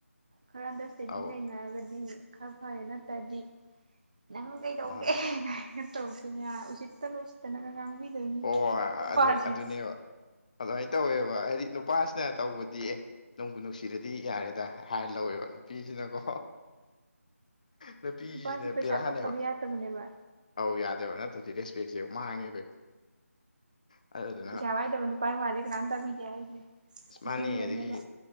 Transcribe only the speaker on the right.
ꯈꯔ ꯑꯟꯗꯔꯁꯇꯦꯟꯗꯤꯡ
ꯂꯩꯅꯔꯒꯗꯤ ꯈꯔ ꯐꯔꯦ ꯅꯠꯇ꯭ꯔꯗꯤ ꯅꯪ ꯀꯩꯗꯧꯒꯦ
ꯇ ꯎ ꯎꯆꯁꯤꯠꯇꯂ ꯎ ꯎꯆꯁꯤꯠꯇꯅ ꯉꯥꯡꯕꯤꯗꯣꯏꯅꯤ
ꯅꯨꯄꯥꯁꯦ
ꯅꯨꯄꯥꯁꯦ
ꯄꯩꯁꯥ ꯊꯣꯛꯇꯕ ꯌꯥꯗꯕꯅꯦꯕ
ꯄꯩꯁꯥ
ꯄꯥꯏꯖꯕ ꯅꯨꯄꯥ ꯋꯥꯗꯤꯀꯥꯅꯥꯝ ꯇꯥꯕꯤꯗꯦ
ꯑꯁꯦꯡꯕꯩꯅꯦꯕ